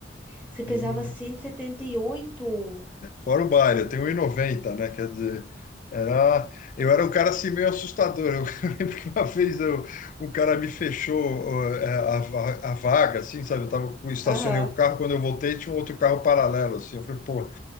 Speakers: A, in the centre; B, on the left (about 45°).
A: Você pesava
B: E seis. E
A: cento e e setenta e oito.
B: Fora o baile, eu tenho um e noventa né? Quer dizer, era, eu era um cara assim meio assustador. Eu <laughs> lembro que uma vez eu, um cara me fechou ó, é, a, va- a vaga, assim, sabe? Eu tava, eu estacionei
A: Aham.
B: o carro, quando eu voltei tinha um outro carro paralelo, assim. Eu falei, pô,